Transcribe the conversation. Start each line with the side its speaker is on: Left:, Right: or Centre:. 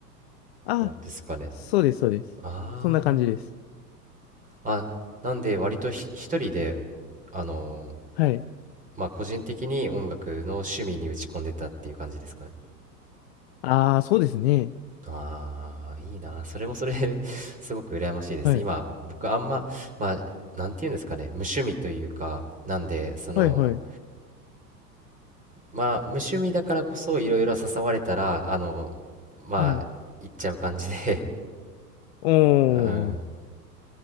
Left: あ、
Right: 方ですかね
Left: そうです、そうです。
Right: あ
Left: そんな感じです。
Right: ああなんで割とひ一人であの
Left: はい。
Right: まあ個人的に音楽の趣味に打ち込んでたっていう感じですかね
Left: ああ、そうですね。
Right: ああ、いいな。それもそれで <laughs> すごく羨ましいです。
Left: はい。
Right: 今、僕あんま、まあ、なんていうんですかね、無趣味というか、なんで、その、
Left: はい、はい、
Right: まあ、無趣味だからこそ、いろいろ誘われたら、あの、まあ、
Left: はい。
Right: 行っちゃう感じで
Left: おー。
Right: <laughs> うん。
Left: い